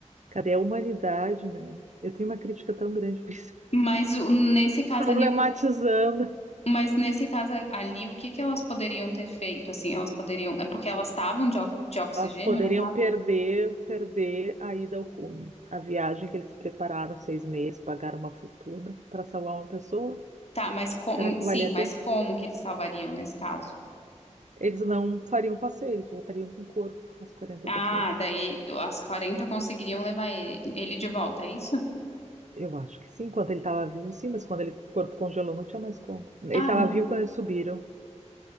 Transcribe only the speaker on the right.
Cadê a humanidade, né? Eu tenho uma crítica tão grande com isso.
<laughs>
Problematizando.
Elas poderiam
perder, perder a ida ao cume. A viagem que eles prepararam seis meses, pagaram uma fortuna para salvar uma pessoa.
Será que
valia a
pena?
Eles não fariam passeio, eles voltariam com o corpo, as 40
pessoas.
Eu acho que sim, enquanto ele estava vivo, sim, mas quando ele, o corpo congelou, não tinha mais como. Ele
estava
vivo quando eles subiram,